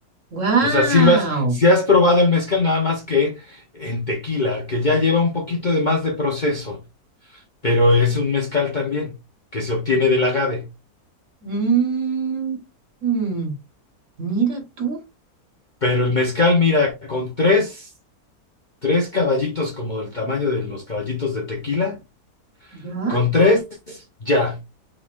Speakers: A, on the right; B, on the left.
A: ¡Wow!
B: O sea, si lo has, si has probado el mezcal, nada más que en tequila, que ya lleva un poquito de más de proceso, pero es un mezcal también, que se obtiene del agave.
A: Mmm. Mira tú,
B: Pero el mezcal, mira, con tres, tres caballitos como del tamaño de los caballitos de tequila,
A: ¿ya?
B: con tres, ya.